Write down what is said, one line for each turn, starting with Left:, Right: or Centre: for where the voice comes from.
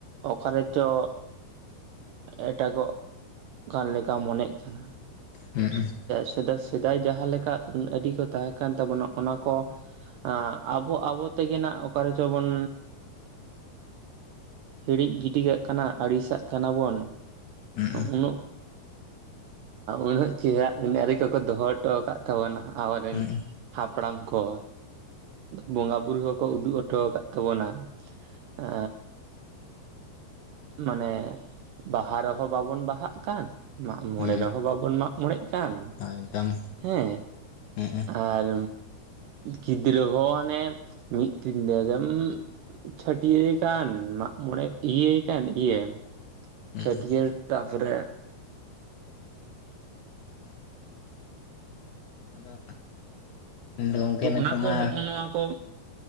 Right: ᱚᱠᱟᱨᱮ ᱪᱚ ᱮᱴᱟᱜᱚᱜ ᱠᱟᱱ ᱞᱮᱠᱟ ᱢᱚᱱᱮᱜ ᱠᱟᱱᱟ᱾
Left: ᱦᱩᱸ ᱦᱩᱸ
Right: ᱪᱮᱫᱟᱜ ᱥᱮᱫᱟᱭ ᱥᱮᱫᱟᱭ ᱡᱟᱦᱟᱸ ᱞᱮᱠᱟ ᱟᱱ ᱟᱹᱨᱤ ᱠᱚ ᱛᱟᱦᱮᱸ ᱠᱟᱱ ᱛᱟᱵᱚᱱᱟ ᱚᱱᱟ ᱠᱚ ᱟᱸ ᱟᱵᱚ ᱟᱵᱚ ᱛᱮᱜᱮ ᱱᱟᱜ ᱚᱠᱟ ᱨᱮᱪᱚ ᱵᱚᱱ ᱦᱤᱲᱤᱡ ᱜᱤᱰᱤ ᱠᱟᱜ ᱠᱟᱱᱟ ᱟᱹᱲᱤᱥᱟᱜ ᱠᱟᱱᱟ ᱵᱚᱱ
Left: ᱦᱩᱸ
Right: ᱩᱱᱟᱹᱜ ᱩᱱᱟᱹᱜ ᱪᱮᱦᱨᱟ ᱟᱱ ᱟᱹᱨᱤ ᱠᱚᱠᱚ ᱫᱚᱦᱚ ᱦᱚᱴᱚ ᱟᱠᱟᱫ ᱛᱟᱵᱚᱱᱟ ᱟᱵᱚᱨᱮᱱ
Left: ᱦᱩᱸ
Right: ᱦᱟᱯᱲᱟᱢ ᱠᱚ ᱵᱚᱸᱜᱟ ᱵᱩᱨᱩ ᱦᱚᱸᱠᱚ ᱩᱫᱩᱜ ᱦᱚᱴᱚ ᱟᱠᱟᱫ ᱛᱟᱵᱚᱱᱟ᱾ ᱟ ᱢᱟᱱᱮ ᱵᱟᱦᱟ ᱨᱮᱦᱚᱸ ᱵᱟᱵᱚᱱ ᱵᱟᱦᱟᱜ ᱠᱟᱱ ᱢᱟᱜ ᱢᱚᱬᱮ
Left: ᱦᱩᱸ
Right: ᱨᱮᱦᱚᱸ ᱵᱟᱵᱚᱱ ᱢᱟᱜ ᱢᱚᱬᱮᱜ ᱠᱟᱱ ᱟᱱ
Left: ᱦᱳᱭ ᱮᱠᱫᱚᱢ
Right: ᱦᱮᱸ
Left: ᱦᱩᱸ
Right: ᱟᱨ ᱜᱤᱫᱽᱨᱟᱹ ᱦᱚᱸ ᱦᱟᱱᱮ ᱢᱤᱫ ᱫᱤᱱ ᱛᱮᱜᱮᱢ ᱪᱷᱟᱹᱴᱭᱟᱹᱨ ᱮ ᱠᱟᱱ ᱢᱟᱜᱢᱚᱬᱮ ᱤᱭᱟᱹᱭ ᱠᱟᱱ ᱤᱭᱟᱹ
Left: ᱦᱩᱸ
Right: ᱪᱷᱟᱹᱴᱭᱟᱹᱨ ᱛᱟᱯᱚᱨᱮ
Left: ᱟᱫᱚ ᱟᱫᱚ ᱜᱚᱝᱠᱮ
Right: ᱛᱚ
Left: ᱱᱤᱛᱚᱜ
Right: ᱚᱱᱟ ᱠᱚ
Left: ᱢᱟ
Right: ᱦᱚᱸᱜᱼᱚ ᱱᱚᱣᱟ ᱠᱚ